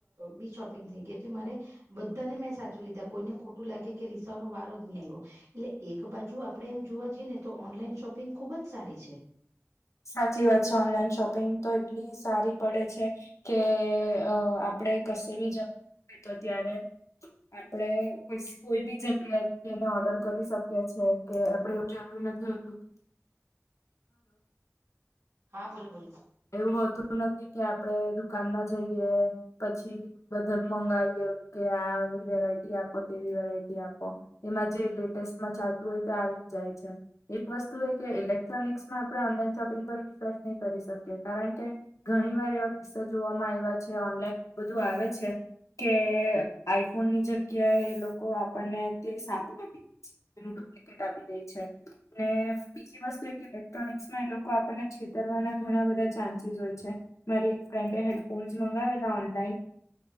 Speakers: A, on the right; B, on the left.
A: બી શોપિંગ થઈ ગઈ, એટલે મારે બધાને મેં સાચું લીધા, કોઈને ખોટું લાગે, કે રીસા નો વારો જ નહી આવ્યો. એટલે એક બાજુ આપડે એમ જોવા જઈએ ને, તો ઓનલાઈન શોપિંગ ખુબ જ સારી છે.
B: સાચી વાત છે, ઓનલાઈન શોપિંગ તો એટલી સારી પડે છે. કે અ આપણેે કશે બી જવું હોય તો ત્યારે. આપડે કોઈ બી જગ્યાથી એને ઓર્ડર કરી શકીએ છે. કે આપડે એવું જરૂરી નથી હોતું.
A: હા, બોલો, બોલો.
B: એવું હોતું નથી કે, આપડે દુકાનમાં જઈએ પછી. બધા મંગાવી કે, આ વેરાયટી આપો, તેવી વેરાયટી આપો. એમાં જે લેટેસ્ટમાં ચાલતું હોય, તે આવી જ જાય છે. એક વસ્તુ એ કે ઇલેક્ટ્રોનિક્સમાં આપણે ઓનલાઈન શોપિંગ પર વિશ્વાસ નહીં કરી શકી. કારણ કે, ઘણી વાર એ કિસ્સા જોવામાં આવ્યા છે. ઓનલાઈન બધું આવે છે કે આઈફોનની જગ ગ્યા એ લોકો આપણને તે સાબુન આપી દે છે. એનું ડુપ્લિકેટ આપી દે છે. ને બીજી વસ્તુ એ કે ઇલેક્ટ્રોનિક્સમાં એ લોકો આપણને છેતરવાના ઘણા બધા ચાન્સીસ હોય છે. મારી એક ફ્રેન્ડ હેડફોન્સ મંગાવેલા ઓનલાઈન